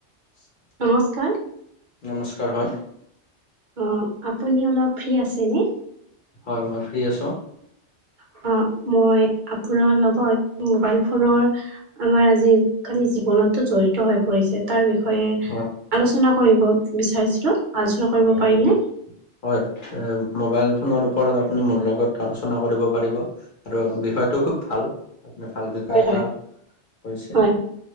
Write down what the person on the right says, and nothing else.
নমস্কাৰ।
অহ, আপুনি অলপ ফ্ৰী আছেনে?
অহ, মই আপোনাৰ লগত মোবাইল ফোনৰ আমাৰ আজিকালি জীৱনতো জড়িত হৈ পৰিছে তাৰ বিষয়ে বিষয়ে
আলোচনা কৰিব বিচাৰিছিলোঁ। আলোচনা কৰিব
পাৰিমনে?
হয়,
হয়,
হয়।